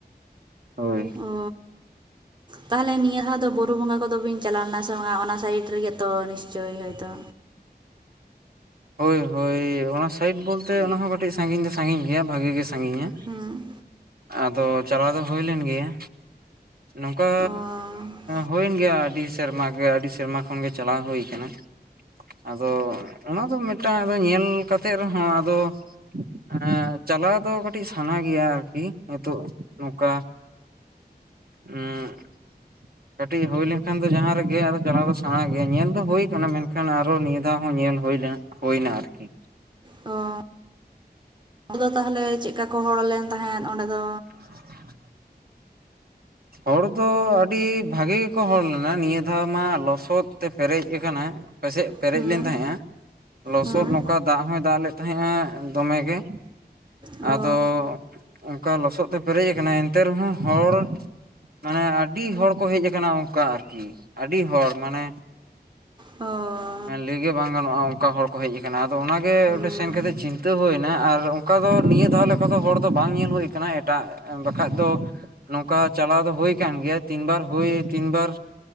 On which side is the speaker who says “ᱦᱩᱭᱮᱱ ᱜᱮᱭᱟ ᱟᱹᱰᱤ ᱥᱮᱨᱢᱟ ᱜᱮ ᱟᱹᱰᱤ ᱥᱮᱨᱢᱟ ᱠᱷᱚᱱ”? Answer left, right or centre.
Right